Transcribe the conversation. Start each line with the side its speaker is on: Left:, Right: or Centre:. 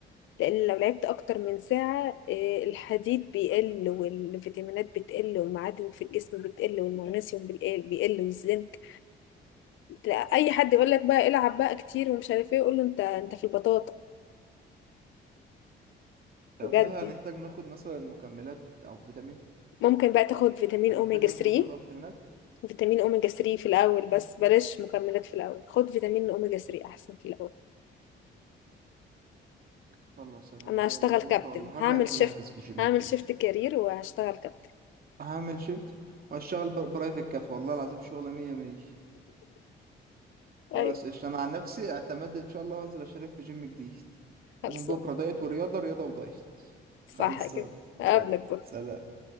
Left: لان لو لعبت اكتر من ساعة آه، الحديد بيقل والفيتامينات بتقل والمعادن في الجسم بتقل والمغنيسيوم بيقل بيقل والزنك تلاقي اي حد يقول لك بقى العب بقى كتير ومش عارف ايه يقول له انت انت في البطاطا
Right: طب
Left: بجد
Right: هل هنحتاج ناخد مثلا مكملات أو فيتامين؟
Left: ممكن بقى تاخد فيتامين
Right: هنحتاج
Left: اوميجا
Right: ناخد
Left: 3
Right: مكملات أو فيتامينات؟
Left: فيتامين اوميجا 3 في الاول بس
Right: مم.
Left: بلاش مكملات في الاول خد فيتامين اوميجا 3 احسن في الاول
Right: خلاص أنا
Left: انا
Right: إن شاء
Left: هشتغل
Right: الله بكرة
Left: كابتن
Right: ولا حاجة
Left: هعمل
Right: هنزل
Left: شيفت
Right: أحجز في الجيم
Left: هعمل
Right: جديد
Left: شيفت كارير وهشتغل كابتن
Right: هعمل شيفت وهشتغل برايفت كاف والله العظيم شغلة مية مية خلاص
Left: ايوه
Right: قشطة انا عن نفسي اعتمدت ان شاء الله وانزل اشترك في جيم جديد
Left: خلصان
Right: ومن بكره دايت ورياضه رياضه ودايت
Left: صح
Right: خلصان
Left: كده اقابلك
Right: يلا
Left: بكرة.
Right: سلام